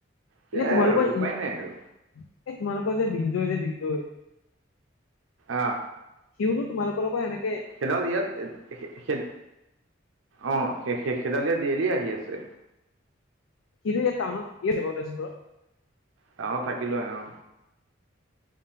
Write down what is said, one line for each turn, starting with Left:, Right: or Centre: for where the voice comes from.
Right: সেয়াই
Left: এনে তোমালোকৰ
Right: আৰু উপায়
Left: ই এই
Right: নাই আৰু
Left: তোমালোকৰ যে বিঞ্জয় যে বিঞ্জয়।
Right: আহ।
Left: সিওটো তোমালোকৰ লগৰ এনে।
Right: সেইডাল ইয়াত সেই অ' সেই-সেইডাল ইয়াত ডেইলি আহি আছে।
Left: সিটো এই টাউনত থাকিয়ে আছে বাৰু তেজপুৰত।
Right: টাউনত থাকি লয় অ'।